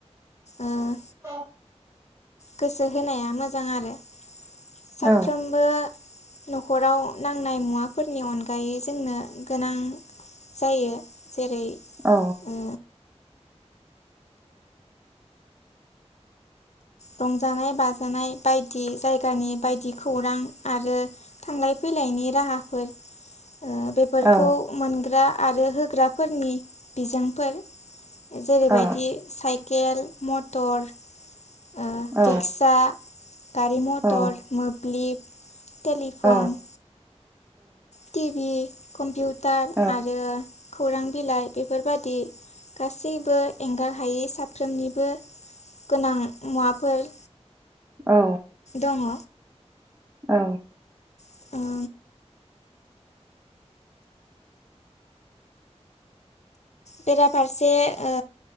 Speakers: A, on the left (about 75°); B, on the right (about 20°).
A: ओम
B: <inaudible>
A: गोसो होनाया मोजां आरो। साफ्रोमबो
B: औ
A: न'खराव नांनाय मुवाफोरनि अनगायै जोंनो गोनां जायो जेरै
B: औ।
A: ओ रंजानाय बाजानाय बायदि जायगानि बायदि खौरां आरो थांलाय फैलायनि राहाफोर बेफोरखौ
B: औ
A: मोनग्रा आरो होग्राफोरनि बिजोंफोर जेरैबायदि
B: औ
A: साइकेल मटर ओ
B: औ
A: रिक्सा, गारि मथर,
B: औ
A: मोब्लिब टेलिफन
B: औ
A: टि बि कमपिउत टार
B: औ
A: आरो खौरां बिलाइ बेफोरबादि गासैबो एंगार हायि साफ्रोमनिबो गोनां मुवाफोर
B: औ।
A: दङ
B: औ।
A: ओ बेराफारसे ओ